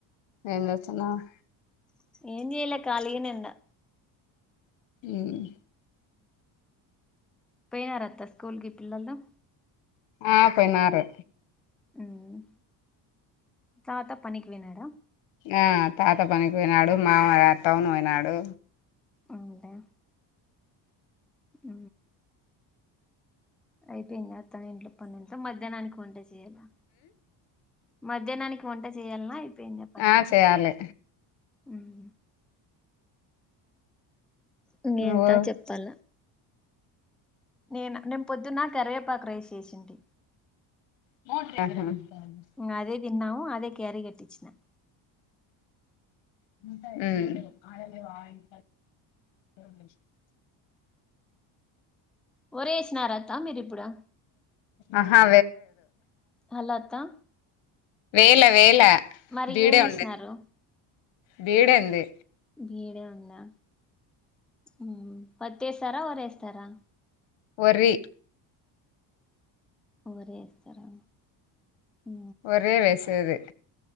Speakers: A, on the left; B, in the centre.
A: ఏం జేస్తున్నావ్
B: ఏం జేయలే ఖాళీగానే ఉన్న
A: ఉమ్
B: పోయినరా అత్త స్కూల్కి పిల్లలు
A: ఆ పోయినారే
B: ఉమ్ తాత పనికి పోయినాడా
A: ఆ తాత పనికి పోయినాడు మామ టౌను పోయినాడు
B: అవునులే ఊ అయిపోయిందా అత్తానింట్లో పని అంతా మధ్యానానికి వంట చేయాలా మధ్యానానికి వంట చేయాల్నా అయిపోయిందా పని
A: ఆ చేయాలి
B: ఉమ్ ఇంగేంత
A: నువ్వు
B: చెప్పాల నేనా నేను పొద్దున్న కరివేపాకు రైస్ చేేసింటి
A: <unintelligible>
B: ఇంగ అదే తిన్నాం అదే క్యారీ కట్టిచ్చినా
A: ఊ
B: ఒరేేసినారా అత్తా మీరిప్పుడు
A: ఆహా
B: హలో అత్తా
A: వెయ్లే వెయ్లే
B: మరి
A: బీడే
B: ఏమేసినారు
A: ఉంది బీడు ఉంది
B: బీడే ఉందా ఉమ్ పత్తి ఏస్తారా వరి ఏస్తారా
A: వరి
B: వరి ఏస్తారా ఊ
A: వారే వేసేది